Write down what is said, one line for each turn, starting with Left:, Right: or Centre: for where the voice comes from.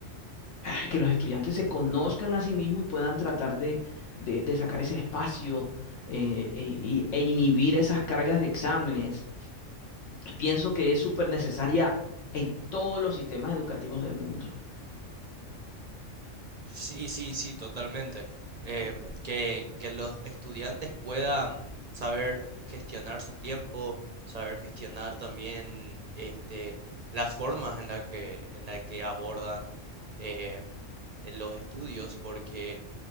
Left: ay, que los estudiantes se conozcan a sí mismos y puedan tratar de, de- de sacar ese espacio eh, e, y- e inhibir esas cargas de exámenes. Pienso que es súper necesaria en todos los sistemas educativos del mundo.
Right: Sí, sí, sí, totalmente. Em, que, que los estudiantes puedan saber gestionar su tiempo, saber gestionar también este, las formas en la que, en la que abordan em, eh, los estudios, porque